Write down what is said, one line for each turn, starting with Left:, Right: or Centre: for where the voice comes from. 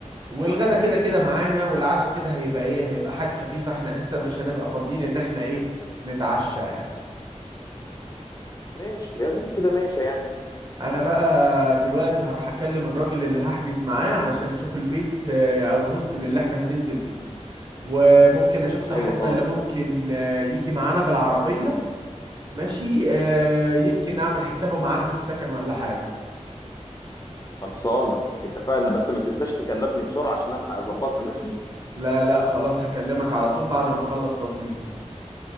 Right: والغدا كده كده معانا والعشاء كده هيبقى ايه هيبقى حاجة خفيفة احنا اساسا مش هنبقى فاضيين ان احنا ايه نتعشى يعني
Left: ماشي يا ذكر كده ماشي يعني
Right: انا بقى دلوقتي هروح اكلم الراجل اللي هحجز معاه علشان نشوف البيت آه، او الهوستل اللي احنا هننزل فيه وممكن اشوف صاحبنا
Left: حلو خالص
Right: اللي ممكن آه، يجي معانا بالعربية ماشي آه، يمكن اعمل حسابه معانا في السكن ولا حاجة
Left: خلصانه اتفقنا بس ما تنساش تكلمني بسرعه عشان الحق اظبطها ماشي
Right: لا لا خلاص هكلمك على طول بعد ما اخلص تظبيط